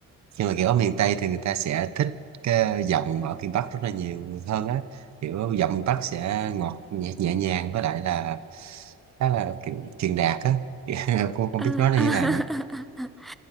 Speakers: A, on the right; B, in the centre.
A: nhưng mà kiểu ở miền Tây thì người ta sẽ thích cái giọng ở miền Bắc rất là nhiều hơn á kiểu giọng miền Bắc sẽ ngọt nhẹ, nhẹ nhàng với lại là khá là kiểu truyền đạt á <laughs> cô không
B: à,
A: biết nói là
B: à.
A: như nào nữa
B: <laughs>